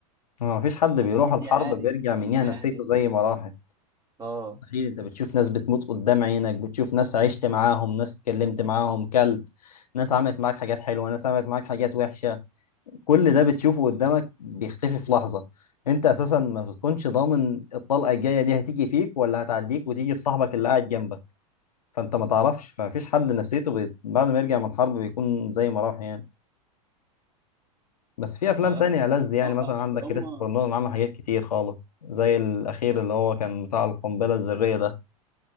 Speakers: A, on the left (about 85°); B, on the right (about 20°).
A: ما فيش حد
B: لا
A: بيروح
B: الناس
A: الحرب
B: دي عانت
A: بيرجع منيها
B: الناس دي
A: نفسيته
B: عانت
A: زي ما راحت
B: اه
A: مستحيل انت بتشوف ناس بتموت قدام عينك بتشوف ناس عشت معاهم ناس اتكلمت معاهم كلت ناس عملت معاك حاجات حلوة ناس عملت معاك حاجات وحشة كل ده بتشوفه قدامك بيختفي في لحظة انت اساسا ما بتكونش ضامن الطلقة الجاية دي هتيجي فيك ولا هتعديك وتيجي في صاحبك اللي قاعد جنبك فانت ما تعرفش فمفيش حد نفسيته بيت... بعد ما يرجع من الحرب بيكون زي ما راح يعني بس في افلام
B: فلا
A: تانية ألذ يعني
B: اه
A: مثلا
B: اصل
A: عندك
B: هم
A: كريستوفر نولان عمل حاجات كتير خالص زي الاخير اللي هو كان بتاع القنبله الذريه ده